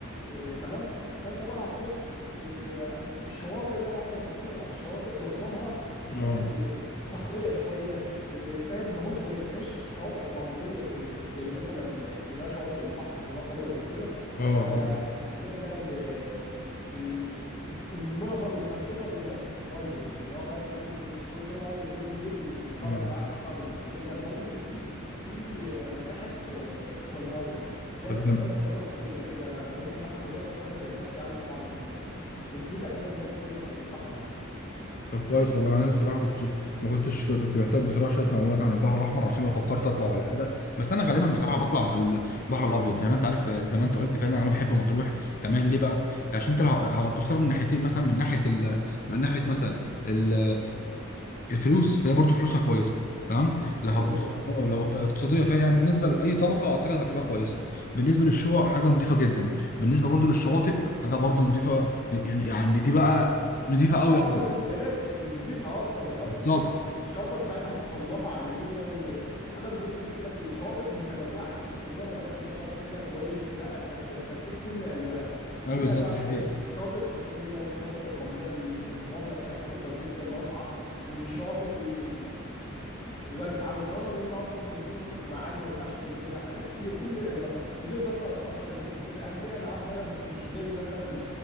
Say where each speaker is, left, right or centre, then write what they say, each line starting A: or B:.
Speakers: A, on the left (about 25°); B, on the left (about 45°).
A: آه، تمام فانت بقى هتروح آه، الشواطئ بقى لو احنا هنتكلم على الشواطئ معظمها بيبقى
B: اه
A: ال- صخريه شويه آه، فاهم ما هوش زي ما هيش شواطئ رمليه زي زي مثلا اللي هي شواطئ البحر الابيض وكده
B: اه
A: فهتلاقي
B: اه
A: بقى ال إيه، معظم الانشطه اللي هناك دايفنج اللي هو بقى ما تلبس ستره وتنزل وتتفرج
B: آه.
A: بقى على الشعب المرجانيه لدرجه اللي في في متاحف آه، تحت المايه ده
B: طب
A: ده تجارب فريده كده ل- لو انت حابب تجرب حاجه زي ديت يعني طبعا آه، وجهتك لازم تكون ناحيه البحر الاحمر
B: طب كويس والله يعني انا بصراحه ما كنتش ما كنتش كنت محتاج بصراحه شويه معلومات عن البحر الاحمر عشان لو فكرت اطلع ولا حاجه بس انا غالبا بصراحه بطلع في البحر الابيض زي ما انت عارف زي ما انت قلت فعلا انا بحب مطروح تمام ليه بقى عشان انت لو هتبص لها من ناحيتين مثلا من ناحيه ال... من ناحيه مثلا ال... الفلوس فهي برضو فلوسها كويسه تمام لو هتبص
A: قضيه
B: آه، لو اقتصاديه فهي يعني بالنسبه لاي طبقه اعتقد هتبقى كويسه بالنسبه للشقق
A: مظبوط
B: حاجه نظيفه جدا بالنسبه برضو للشواطئ حاجه برضو نظيفه يعني يعني دي بقى نضيفه قوي
A: اه
B: قوي
A: اه ده ده ريت ميزتها اصلا اللي
B: بالظبط
A: هو فكره الشواطئ بتاعتها متصنفه عالميا وحاجه نظيفه جدا وشواطئ متنوعه يعني مش مجرد مثلا شط كده كويس لا انت انت أنت هتشوف كل انواع
B: ايوه
A: كل
B: بالظبط
A: انواع
B: دي
A: الشواطئ
B: حقيقة
A: الشواطئ الصخريه والشواطئ الرمليه اللي الرمله بتاعتها بيضاء جدا ناصعه والشاطئ ال- الواسعه والشاطئ اللي انت اصلا من كتر موج معالي ما ينفعش تنزلها حاجات كتير كل الانواع وتقدر ت- تأجر هناك يخوت يعني في العاب ميه بس مش زي مثلا